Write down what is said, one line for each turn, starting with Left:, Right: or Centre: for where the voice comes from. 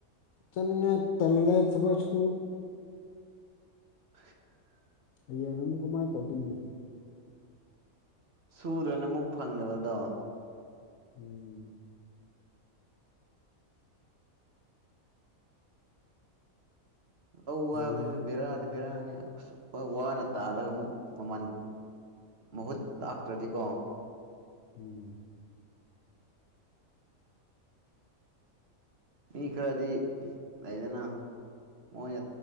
Left: ꯆꯟꯉ ꯇꯜꯂꯦ ꯁꯁꯨ
Right: <unintelligible>
Left: ꯍꯌꯦꯡ ꯑꯃꯨꯛ ꯀꯃꯥꯏꯅ ꯇꯧꯗꯣꯏꯅꯤ
Right: ꯁꯨꯗꯅ ꯑꯃꯨꯛ ꯐꯪꯕꯗꯣ
Left: ꯎꯝ
Right: ꯑꯧ
Left: ꯍꯌꯦꯡ
Right: ꯋꯥꯕꯁꯨ ꯕꯤꯦꯔꯛꯑꯗꯤ ꯕꯤꯔꯛꯑꯅꯤ ꯀꯁꯨ ꯍꯣꯏ ꯋꯥꯅ ꯇꯥꯜꯂꯒ ꯑꯃꯨꯛ ꯃꯃꯜ ꯃꯍꯨꯠ ꯂꯥꯛꯇ꯭ꯔꯗꯤꯀꯣ
Left: ꯎꯝ
Right: ꯃꯤ ꯈꯔꯗꯤ ꯂꯩꯗꯅ ꯃꯣꯏꯅ